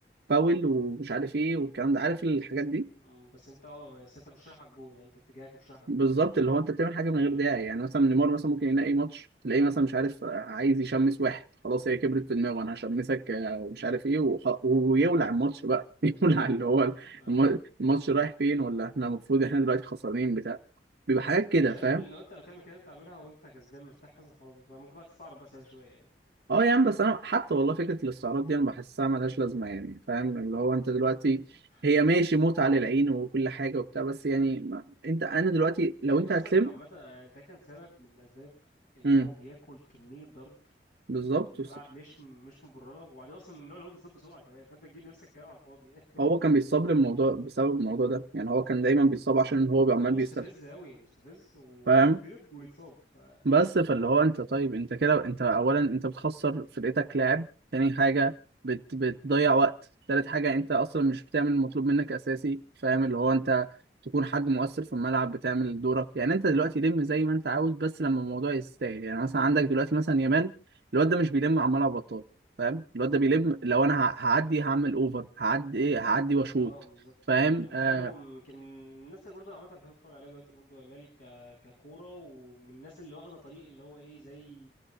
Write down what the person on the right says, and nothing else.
فاول ومش عارف ايه والكلام ده عارف الحاجات دي
بالظبط
اللي هو انت بتعمل حاجه من غير
داعي يعني مثلا نيمار مثلا ممكن يلاقي ماتش تلاقيه مثلا مش عارف عايز يشمس واحد خلاص هي كبرت في دماغه انا هشمسك آه، ومش عارف ايه وخ... ويولع الماتش بقى <laughs> يولع اللي هو
الم- الماتش رايح فين ولا احنا المفروض احنا دلوقتي خسرانين بتاع بيبقى حاجات
كده
فاهم
اه يا عم بس انا حتى والله فكره الاستعراض دي انا بحسها ملهاش لازمه يعني فاهم اللي هو انت دلوقتي
هي ماشي متعه للعين وكل حاجه وبتاع بس يعني ما... انت انا دلوقتي لو
انت
هتلم
امم
بالظبط
وصل.
هو كان بيصاب للموضوع بسبب الموضوع ده يعني هو كان دايما بيصاب عشان
هو عمال
بيستفيد
فاهم
بس فاللي هو انت طيب انت كده انت اولا انت بتخسر فرقتك لاعب تاني حاجه بت بتضيع وقت تالت حاجه انت اصلا مش بتعمل المطلوب منك اساسي فاهم اللي هو انت تكون حد مؤثر في الملعب بتعمل دورك يعني انت دلوقتي لم زي ما انت عاوز بس لما الموضوع يستاهل يعني مثلا عندك دلوقتي مثلا يامال الواد ده مش بيلم عمال على بطال فاهم الواد ده بيلم لو انا ه- هعدي هعمل اوفر هعدي ايه هعدي واشوط
فاهم
آه